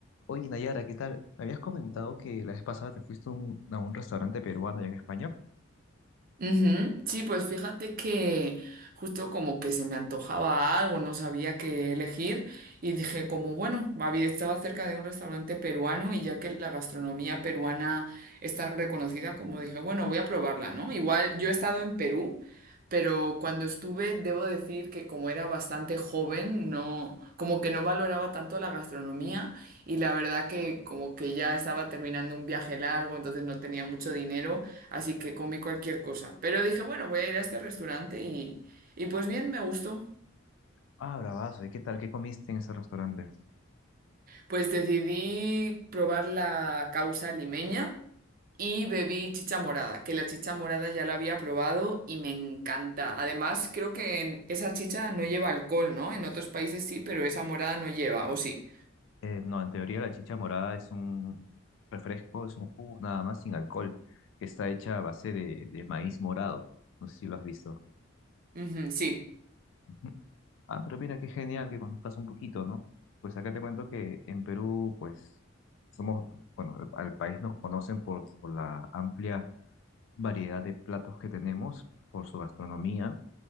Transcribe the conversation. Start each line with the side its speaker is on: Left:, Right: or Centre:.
Left: Oye, Nayara, ¿qué tal? Me habías comentado que la vez pasada te fuiste a un, a un restaurante peruano allá en España.
Right: Ujú. Sí, pues fíjate que justo como que se me antojaba algo, no sabía qué elegir y dije como bueno, había, estaba cerca de un restaurante peruano y ya que la gastronomía peruana es tan reconocida, como dije, bueno, voy a probarla, ¿no? Igual yo he estado en Perú, pero cuando estuve, debo decir que como era bastante joven, no, como que no valoraba tanto la gastronomía y la verdad que como que ya estaba terminando un viaje largo, entonces no tenía mucho dinero. Así que comí cualquier cosa. Pero dije, bueno, voy a ir a este restaurante y, y pues bien, me gustó.
Left: Ah, bravazo. ¿Y qué tal? ¿Qué comiste en ese restaurante?
Right: Pues decidí probar la causa limeña y bebí chicha morada, que la chicha morada ya la había probado y me encanta. Además, creo que en- esa chicha no lleva alcohol, ¿no? En otros países sí, pero esa morada no lleva, ¿o sí?
Left: Eh, no, en teoría la chicha morada es un refresco, es un jugo nada más sin alcohol, que está hecha a base de, de maíz morado. No sé si lo has visto.
Right: Ujú, sí.
Left: Ujú. Ah, pero mira, qué genial que conozcas un poquito, ¿no? Pues acá te cuento que en Perú, pues, somos, bueno, al país nos conocen por, por la amplia variedad de platos que tenemos, por su gastronomía